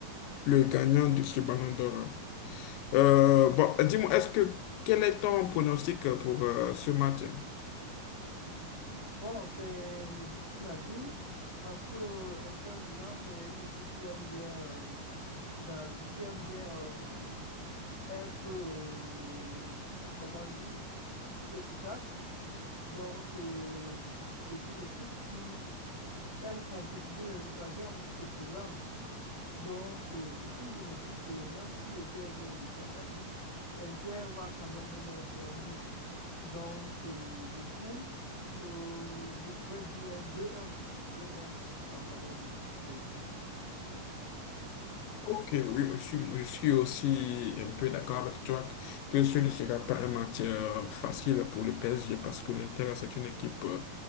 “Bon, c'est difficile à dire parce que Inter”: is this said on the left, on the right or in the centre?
Right